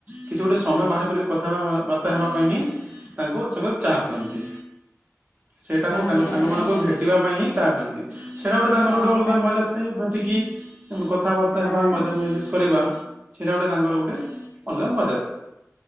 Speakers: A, on the right; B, on the left.
A: କିଛି ଗୋଟେ ସମୟ ବାହାର କରିକି କଥାବାର୍ତ୍ତା ହେବା ପାଇଁ ହିଁ ତାଙ୍କ ସଙ୍ଗେ ଚା ପିଅନ୍ତି। ସେଇଟା ହ ତାଙ୍କ
B: ଆଜ୍ଞା
A: ସାଙ୍ଗମାନାନଙ୍କୁ
B: ମାନେ
A: ଭେଟିବା ପାଇଁ ହିଁ ଚାହା ପିଅନ୍ତି ସେଇଟା ଗୋଟେ ତାଙ୍କର
B: ହଁ
A: ଗୋଟେ।
B: ତାଙ୍କ
A: ପା ମଜା ଥାଏ ବାଟିକି କଥାବାର୍ତ୍ତା
B: ହଁ
A: ହେବା ମଜା ମଜଲିସ କରିବା। ସେଇଟା ଗୋଟେ ତାଙ୍କର ଗୋଟେ ଅଲଗା ମଜା